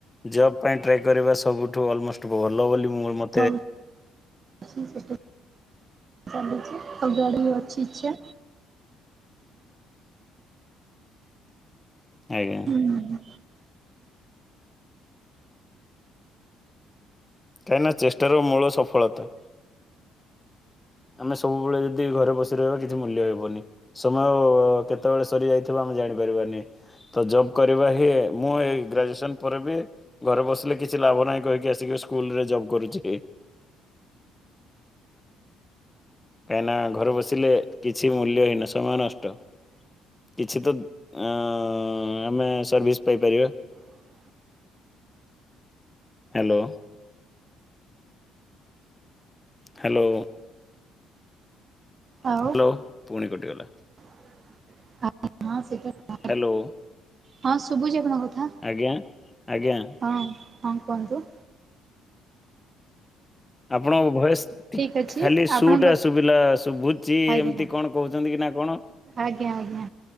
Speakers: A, on the left; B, on the right.
A: ଜବ୍ ପାଇଁ ଟ୍ରାଏ କରିବା ସବୁଠୁ ଅଲମୋଷ୍ଟ ଭଲ ବୋଲି ମୋ ମ
B: ହଉ <inaudible> ଆମ ଆଡେ ଅଛି ଚା।
A: ଆଜ୍ଞା।
B: ହୁଁ
A: କାହିଁକି ନା ଚେଷ୍ଟାର ମୂଳ ସଫଳତା। ଆମେ ସବୁବେଳେ ଯଦି ଘରେ ବସି ରହିବା କିଛି ମୂଲ୍ୟ ହେବନି। ସମୟ କେତେବେଳେ ସରି ଯାଇଥିବ ଆମେ ଜାଣିପାରିବାନି। ତ ଜବ୍ କରିବା ହିଁ ମୁଁ ଏଇ ଗ୍ରାଜୁଏସନ ପରେ ବି ଘରେ ବସିଲେ କିଛି ଲାଭ ନାହିଁ କହିକି ଆସିକି ସ୍କୁଲ ରେ ଜବ୍ କରୁଛି। କାହିଁକି ନା ଘରେ ବସିଲେ କିଛି ମୂଲ୍ୟ ହୀନ ସମୟ ନଷ୍ଟ। କିଛି ତ ଆମେ ସର୍ଭିସ୍ ପାଇପାରିବା।
B: ହ
A: ହ୍ୟାଲୋ। ହ୍ୟାଲୋ।
B: ଆଉ
A: ହ୍ୟାଲୋ ପୁଣି କଟିଗଲା।
B: <unintelligible>
A: ହ୍ୟାଲୋ।
B: ହଁ, ଶୁଭୁଛି ଆପଣଙ୍କ କଥା।
A: ଆଜ୍ଞା, ଆଜ୍ଞା।
B: ହଁ, ହଁ କୁହନ୍ତୁ।
A: ଆପଣଙ୍କ ଭଏସ
B: ଠିକ୍ ଅଛି
A: ଖାଲି
B: ଆପଣଙ୍କ
A: ଶୁ ଟା ଶୁଭିଲା ଶୁଭୁଛି
B: ଆଜ୍ଞା
A: ଏମିତି କଣ କହୁଛନ୍ତି କି ନା କଣ।
B: ଆଜ୍ଞା, ଆଜ୍ଞା।